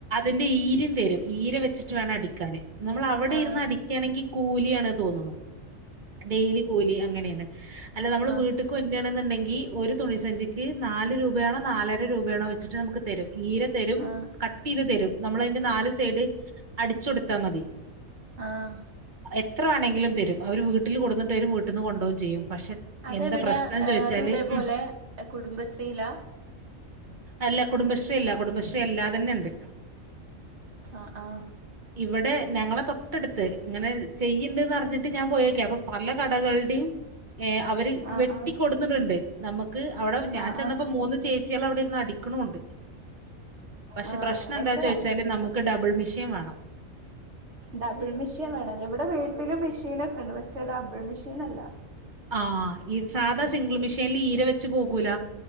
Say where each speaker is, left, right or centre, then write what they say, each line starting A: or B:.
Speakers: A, on the right; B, on the right.
A: എന്റെര്യും തരും ഈര വെച്ചിട്ട് വേണം അടിക്കാൻ നമ്മൾ അവിടെ
B: ആ
A: ഇരുന്ന് അടിക്കുകയാണെങ്കിൽ കൂലിയാണ് തോന്നണ ഡെയിലി കൂലി അങ്ങനെയാണ് അല്ല നമ്മൾ
B: ആ
A: വീട്ടക്ക് കൊൻണ്ടരാന്നുണ്ടെങ്കിൽ ഒരു തുണിസഞ്ചിക്ക് നാല് രൂപ രൂപയാണോ നാലായിരം രൂപയാണോ വെച്ചിട്ട് നമുക്ക് തരും ഈരെ തരും
B: ആ ആ
A: കട്ട് ചെയ്ത് തരും നമ്മള അതിന്റെ നാല് സൈഡ് അടിച്ചൊടുത്താ മതി
B: ആഹ
A: എത്ര വേണെങ്കിലും തരും അവർ വീട്ടിൽ കൊടുന്നിട്ട് വരും വീട്ടിൽന്ന് കൊണ്ടപോക ചെയ്യും പക്ഷെ
B: അതെവിടാ
A: എന്താ പ്രശ്നം ചോയിച്ചാല്
B: അതും ഇതേപോലെ
A: ഉ
B: കുടുംബശ്രീലാ
A: അല്ല കുടുംബശ്രീ അല്ല കുടുംബശ്രീ അല്ലാ തന്നെ ഉണ്ട്
B: ആഹ ആഹ
A: ഇവിടെ ഞങ്ങളെ തൊട്ടടുത്ത് ഇങ്ങനെ ചെയ്യണ്ട്ന്ന്റിഞ്ഞിട്ട് ഞാൻ പോയേക്കെ അപ്പൊ പല കടകളുടെയും അവര്
B: ആ
A: വെട്ടിക്കൊടുത്തിട്ടുണ്ട്
B: ആ
A: നമുക്ക് അവിടെ
B: ആ
A: ചെന്നപ്പോ
B: ആ
A: മൂന്ന് ചേച്ചികൾ അവിടെ ഇന്ന് അടിക്കണുണ്ട് പക്ഷെ
B: ആ
A: പ്രശ്നം
B: അങ്ങനെയൊക്കെ
A: എന്താ ചോദിച്ചാല് നമുക്ക് ഡബിള് മിഷീൻ വേണം
B: ഡബിൾ മെഷീൻ വേണല്ലേ ഇവിടെ വീട്ടിലും മെഷീൻൊക്കെണ്ട് പക്ഷെ ഡബിൾ മെഷീൻ അല്ല
A: ആഹ സാധാ സിംഗിൾ മെഷീനിൽ ഈര വെച്ച് പോകൂല